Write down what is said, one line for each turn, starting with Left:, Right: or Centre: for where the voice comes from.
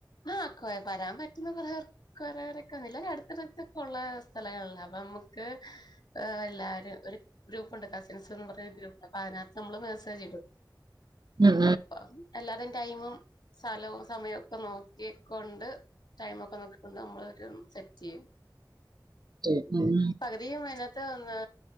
Left: ആഹ് കൊയ പരാൻ പറ്റുന്ന കൊറയാ കൊറെറെക്കെന്നില്ല അടുത്തടുത്തൊക്കെ ഉള്ള സ്ഥലങ്ങളല്ല അപ്പൊ നമുക്ക് ആഹ് എല്ലാരും ഒരു ഗ്രൂപ്പുണ്ട് കസിൻസ് ന്ന് പർഞ ഗ്രൂപ്പ് അ അതിനകത്ത് മ്മള് പേ താജിഡും
Right: ഉം
Left: അപ്പൊ എല്ലാതെൻ ടൈമും സ്ഥലവും സമയവും ഒക്കെ നോക്കിക്കൊണ്ട് ടൈമ ഒക്കെനോക്കിക്കൊണ്ട് നമ്മൾ രു സെറ്റ് ചെയ്യും
Right: ഉം ഉം
Left: <unintelligible> അതിനകത്ത് ഒന്ന്